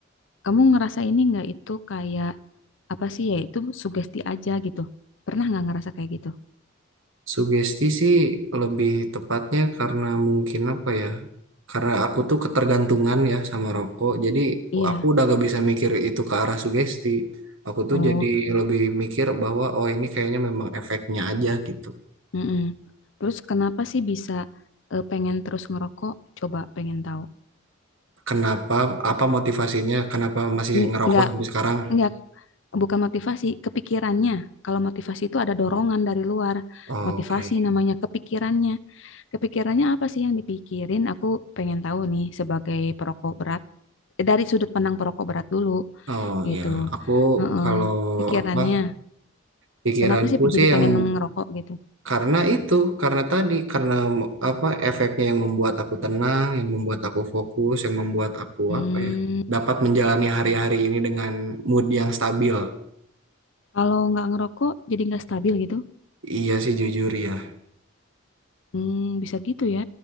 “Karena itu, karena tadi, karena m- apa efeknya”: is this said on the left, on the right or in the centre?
Right